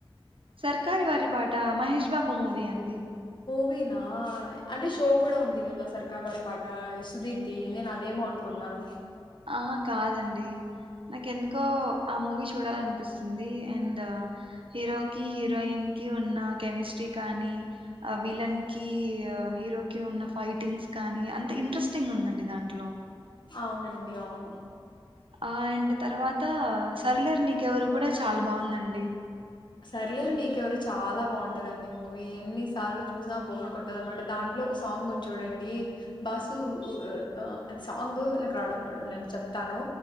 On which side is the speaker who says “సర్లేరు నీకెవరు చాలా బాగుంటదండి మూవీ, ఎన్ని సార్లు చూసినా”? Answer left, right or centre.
Left